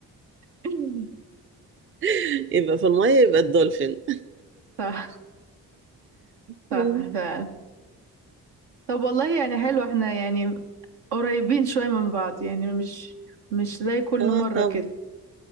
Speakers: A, on the right; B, on the right.
A: <laughs>
B: <laughs> يبقى في المية يبقى الدولفين
A: صح صح
B: مم.
A: فعلا طب والله يعني حلو احنا يعني قريبين شوية من بعض يعني مش مش زي كل
B: اه
A: مرة
B: طب
A: كده